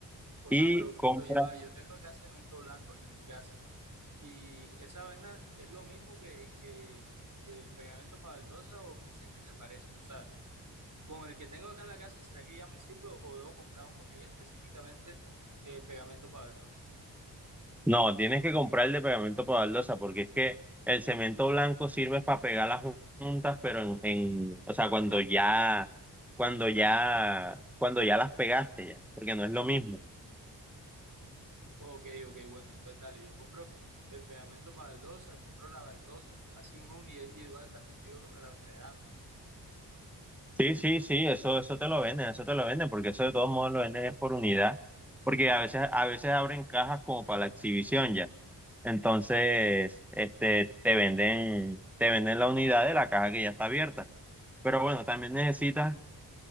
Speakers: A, on the right; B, in the centre.
A: O
B: Y
A: sea, pero,
B: compra
A: pero ya va, yo tengo acá cemento blanco acá en mi casa y esa vaina es lo mismo que, que, que el pegamento para baldosa o me dices que se parecen. O sea, con el que tengo acá en la casa, ¿será que ya me sirve o debo comprar uno que ya específicamente eh, pegamento para baldosa?
B: No, tienes que comprar el de pegamento para baldosa, porque es que el cemento blanco sirve para pegar las jun- juntas, pero en, en, o sea, cuando ya, cuando ya, cuando ya las pegaste ya, porque no es lo mismo.
A: Ok, ok, bueno, entonces dale, yo compro el pegamento para baldosa, compro la baldosa, así una unidad individual también, yo digo que me la venderán, ¿no?
B: Sí, sí, sí, eso, eso te lo venden, eso te lo venden, porque eso de todos modos lo venden es por unidad, porque a veces, a veces abren cajas como para la exhibición ya. Entonces, este, te venden, te venden la unidad de la caja que ya está abierta. Pero bueno, también necesitas